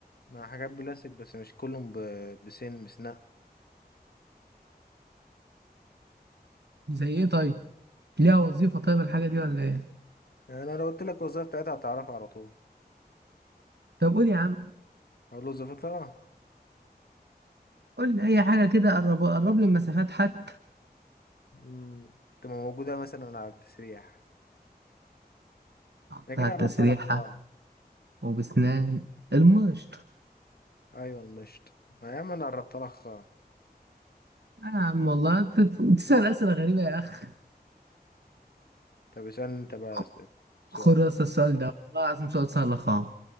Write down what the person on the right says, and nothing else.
زي ايه طيب ليها وظيفه طيب الحاجه دي ولا ايه
طب قول يا عم
قول لي اي حاجه كده قرب قرب لي المسافات حتى
بتاع
التسريحة
وبسنان المشط
أنا يا عم والله أنت بتسأل أسئلة غريبة يا أخ
خ-
خد بس السؤال ده والله العظيم سؤال سهل خالص